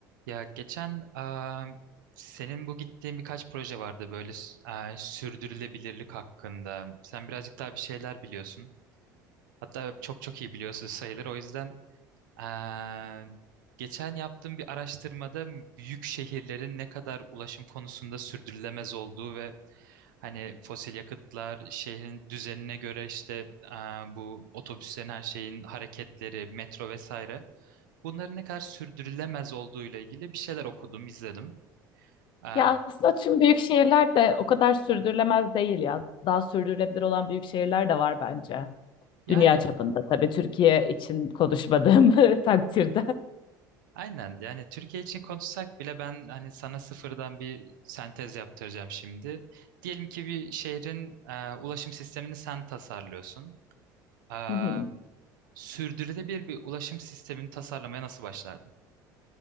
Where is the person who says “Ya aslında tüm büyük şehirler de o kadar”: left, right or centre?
Left